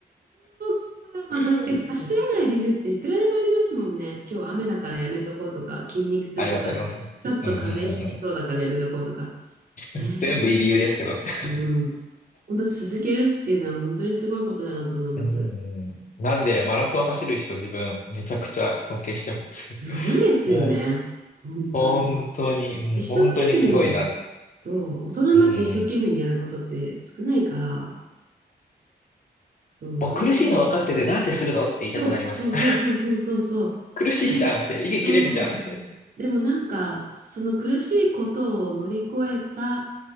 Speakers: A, on the right (about 55°); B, on the left (about 50°).
A: <laughs> まあ確かに足洗いで言うっていくらでもありますもんね。
B: <laughs>
A: 今日雨だからやめとこうとか、筋肉痛とか、
B: あります、あります。うんうんうん
A: ちょっと風邪ひきそうだからやめとこうとか。ね
B: うん。全部いい理由ですけど。<laughs>
A: え。うん。本当続けるっていうのは本当にすごいことだなと思います。
B: うんなんで、マラソン走る人自分めちゃくちゃ尊敬してます。
A: すごいですよね。
B: もう、
A: 本当に。
B: 本当に、うん本当にすごいな。
A: 一生懸命に、そう、大人になって一生懸命にやることって少ないから、
B: うん。
A: そう、
B: もう苦しいの分かっててなんでするのって言いたくなります。
A: それそうそうそうそうそうそうそ
B: <laughs> 苦しいじゃんって、
A: う。でも、そう。
B: 息切れるじゃんって。
A: でもなんか、その苦しいことを乗り越えた